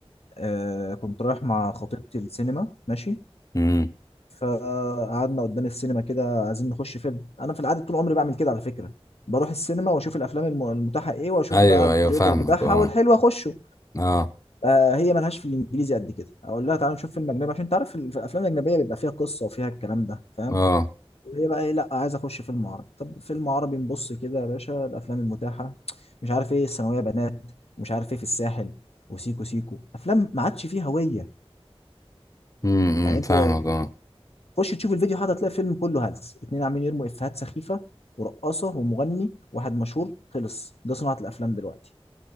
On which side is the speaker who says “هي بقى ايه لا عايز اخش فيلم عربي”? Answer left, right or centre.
Left